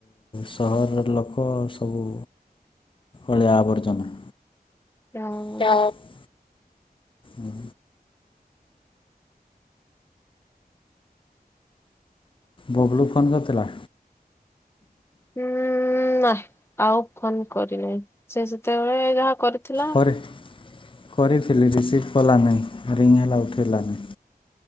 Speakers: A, on the left; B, on the left.
A: ସହରର ଲୋକ ସବୁ। ଅଳିଆ ଆବର୍ଜନା।
B: ହୁଁ
A: ଟ୍ୟାସ୍କ। ହୁଁ। ବବଲୁ ଫୋନ୍ କରଥିଲା?
B: ହୁଁ ନା ଆଉ ଫୋନ୍ କରିିନାଇଁ ସେ ସେତେବେଳେ ଯାହା କରିଥିଲା।
A: କରି କରିଥିଲି ରିସିଭ୍ କଲାନାହିଁ ରିଙ୍ଗ୍ ହେଲା ଉଠେଇଲାନି।